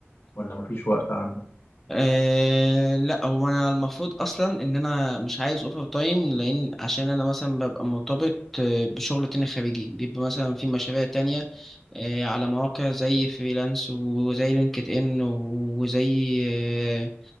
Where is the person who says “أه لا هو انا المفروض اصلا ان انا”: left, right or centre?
Centre